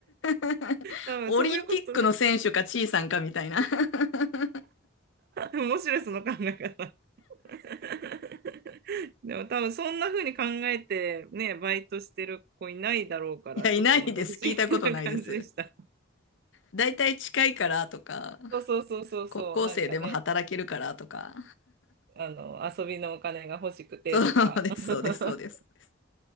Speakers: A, on the left; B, on the right.
A: <laughs>
B: 多分そういうこと、
A: オリンピックの選手か、チーさんかみたいな <laughs>
B: 面白いその考え方。<laughs> でも多分そんな風に考えてね、バイトしてる子いないだろうから、
A: いや、
B: ちょっとなんか不思議な感じでした。
A: いないです。聞いたことないです。だいたい近いからとか、
B: そうそうそうそうそう、
A: 高校生でも働けるからとか。
B: なんかね、あの、遊びのお金が欲しくてとか、
A: そうです、
B: <laughs>
A: そうです、そうです。そうです